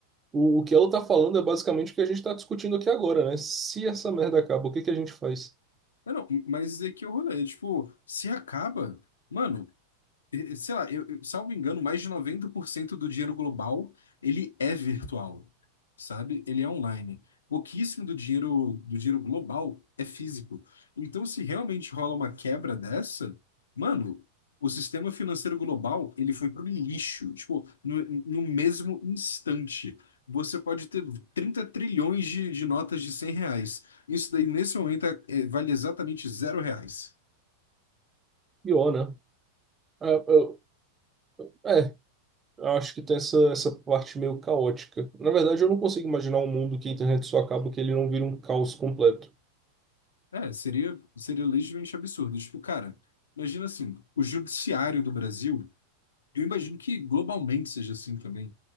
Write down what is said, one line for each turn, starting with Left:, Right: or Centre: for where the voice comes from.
Right: o, o que ela está falando é basicamente o que a gente está discutindo aqui agora, né? Se essa merda acaba, o que, que a gente faz?
Left: é, não, mas é que é o rolê, tipo, se acaba, mano, eh, sei lá, eu, eu- salvo engano, mais de 90% do dinheiro global, ele é virtual, sabe? Ele é online. Pouquíssimo do dinheiro, do dinheiro global é físico. Então, se realmente rola uma quebra dessa, mano, o sistema financeiro global, ele foi pro lixo. Tipo, no, no mesmo instante. Você pode ter 30 trilhões de, de notas de 100 reais. Isso daí, nesse momento, é- é- vale exatamente zero reais.
Right: Pior, né? É, eu, é, eu acho que tem essa, essa parte meio caótica. Na verdade, eu não consigo imaginar um mundo que a internet só acaba, que ele não vira um caos completo.
Left: É, seria, seria legitimamente absurdo. Tipo, cara, imagina assim, o judiciário do Brasil. Eu imagino que globalmente seja assim também.